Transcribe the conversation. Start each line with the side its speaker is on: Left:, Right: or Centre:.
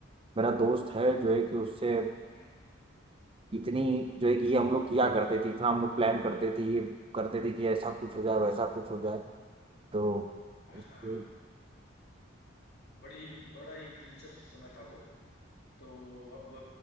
Right: मेरा दोस्त है जो है कि उससे
Left: हम्म,
Right: इतनी जो है कि ये हम लोग किया करते थे इतना हम लोग प्लान करते थे ये करते थे कि ऐसा कुछ हो जाए वैसा कुछ हो जाए तो
Left: हाँ
Right: इसको-
Left: बड़ी बड़ा ही दिलचस्प समय था वो तो अब